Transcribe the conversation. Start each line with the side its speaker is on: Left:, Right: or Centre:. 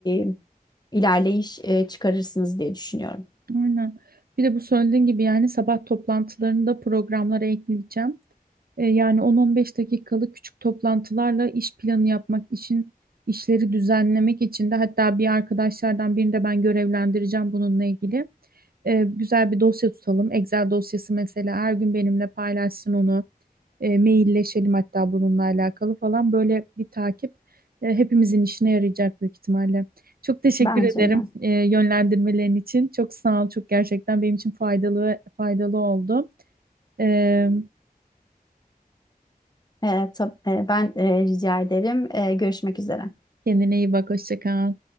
Left: e, ilerleyiş e, çıkarırsınız diye düşünüyorum.
Right: Aynen. Bir de bu söylediğin gibi yani sabah toplantılarını programlara ekleyeceğim. E, yani 10-15 dakikalık küçük toplantılarla iş planı yapmak için, işleri düzenlemek için de hatta bir arkadaşlardan birini de ben görevlendireceğim bununla ilgili. E, güzel bir dosya tutalım. Excel dosyası mesela her gün benimle paylaşsın onu. E, mailleşelim hatta bununla alakalı falan böyle bir takip e, hepimizin işine yarayacak büyük ihtimalle. Çok teşekkür
Left: Bence
Right: ederim
Left: de.
Right: e, yönlendirmelerin için. Çok sağ ol. Çok gerçekten benim için faydalı faydalı oldu. E,
Left: Ee, tab- e, ben e, rica ederim. Ee, görüşmek üzere.
Right: Kendine iyi bak. Hoşça kal.